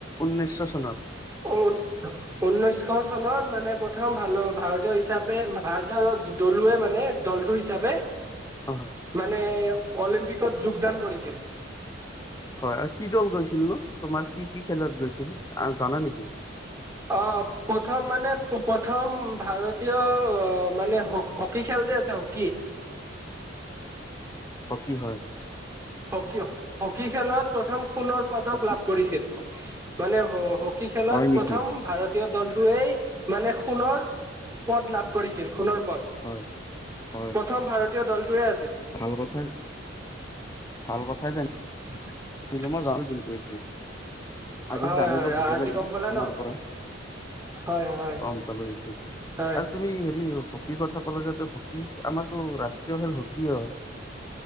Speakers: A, on the left; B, on the right.
A: ঊনৈশ চনত।
B: অ। ঊনৈশ চনত মানে প্ৰথম ভাল ভাৰতীয় হিচাপে ভাৰতৰ দলুৱে মানে দলটোৰ হিচাপে
A: অ।
B: মানে অলিম্পিকত যোগদান কৰিছিল।
A: হয়, আৰু কি দল গৈছিল নো, তোমাৰ কি, কি খেলত গৈছিল জানা নেকি?
B: অ, প্ৰথম মানে প্ৰথম ভাৰতীয় মানে হ' হকী খেল যে আছে হকী
A: হকী হয়।
B: হকী হকী খেলত প্ৰথম সোণৰ। পদক
A: হকী
B: লাভ কৰিছিল? মানে হকী খেলত
A: হয় নেকি
B: প্ৰথম ভাৰতীয় দলটোৱেই মানে সোণৰ পদ লাভ কৰিছিল। সোণৰ পদ,
A: হয় হয়
B: প্ৰথম ভাৰতীয় দলটোৱে আছিল।
A: ভাল কথাই ভাল কথাই জানি
B: <inaudible>
A: <unintelligible> আজি
B: হয়
A: জানিলো
B: হয়
A: ভালে
B: আজি
A: লাগিল
B: গম পালা
A: তোমাৰ
B: ন
A: পৰা। <unintelligible>
B: হয় হয় হয় হয়
A: আৰু তুমি হেৰি অ' হকীৰ কথা ক'লে যে হকী আমাৰতো ৰাষ্ট্ৰীয় খেল হকী হয়।